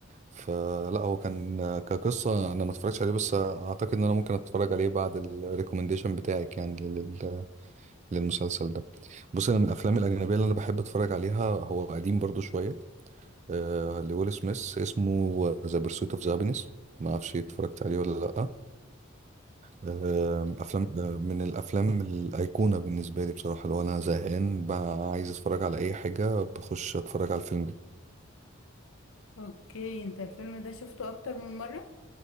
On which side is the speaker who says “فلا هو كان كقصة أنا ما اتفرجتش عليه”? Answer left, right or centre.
Right